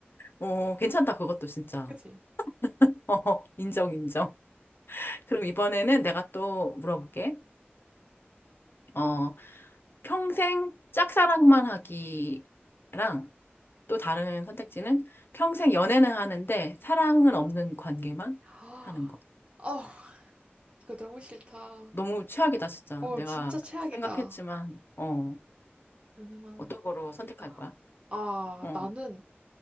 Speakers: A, on the left; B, on the right.
A: 어, 괜찮다, 그것도 진짜.
B: 그치?
A: <laughs> 어, 인정, 인정. 그럼 이번에는 내가 또 물어볼게. 어, 평생 짝사랑만 하기랑 또 다른 선택지는 평생 연애는 하는데 사랑은 없는 관계만
B: <gasps> 아,
A: 하는 거.
B: 어, 이거 너무 싫다.
A: 너무 최악이다, 진짜.
B: 어,
A: 내가
B: 진짜 최악이다.
A: 생각했지만, 어,
B: 연애만
A: 어떤 거로 선택할
B: 했다.
A: 거야?
B: 아,
A: 어,
B: 나는